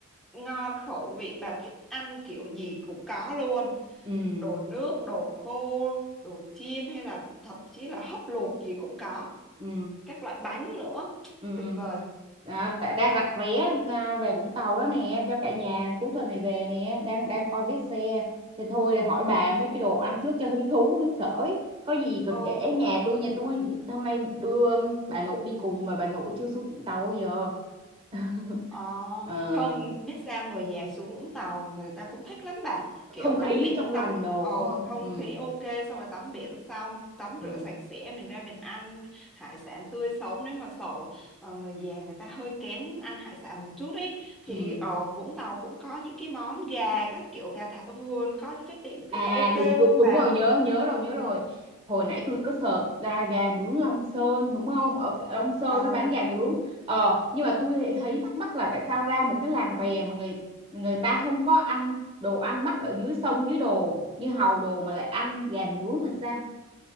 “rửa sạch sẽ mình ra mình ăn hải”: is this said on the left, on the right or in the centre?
Centre